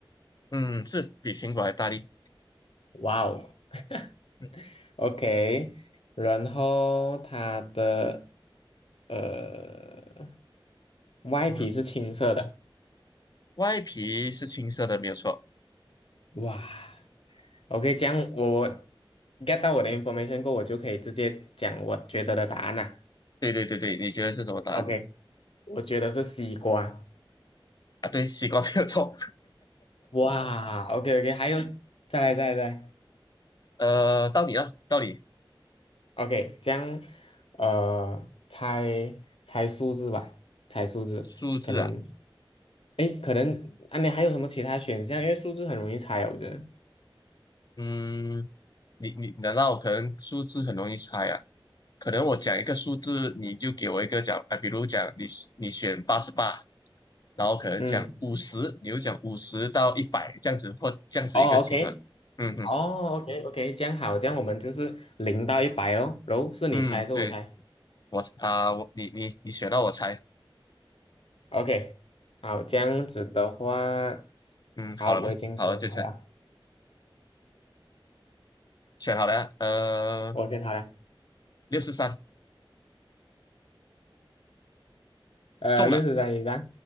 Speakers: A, on the left; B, on the left.
A: 嗯，是比苹果还大力，
B: 哇哦 <laughs>
A: 嗯
B: ，OK，然后它的呃外皮是青色的，
A: 嗯哼，外皮是青色的，没有错，
B: 哇，OK，这样我我 get 到我的 information 过后，我就可以直接讲我觉得的答案啦。
A: 对对对对，你觉得是什么答案？
B: OK，我觉得是西瓜。
A: 啊，对，西瓜没有错。
B: 哇，OK OK，还有，再来再来再来
A: 呃，到你啊，到你
B: ，OK，这样，呃，猜猜数字吧，猜数字，
A: 数字啊，
B: 可能，诶，可能啊，你还有什么其他选项？因为数字很容易猜，我觉得。
A: 嗯，你你难道可能数字很容易猜啊？可能我讲一个数字，你就给我一个讲啊，比如讲你你选八十八，然后可能讲五十，
B: 嗯，
A: 你就讲五十到一百这样子，或这样子一个情况。
B: 哦，OK，
A: 嗯嗯
B: 哦，OK OK，这样好，这样我们就是零到一百哦，然后是你猜还是我猜
A: 嗯，对，我啊，我你你你选到我猜，
B: ？OK，好，这样子的话，
A: 嗯，
B: 好，
A: 好了吗？
B: 我已经选好了，
A: 好了，就猜，选好了啊呃，
B: 我选好了。
A: 六十三
B: 呃，
A: 中了，
B: 六十三一上，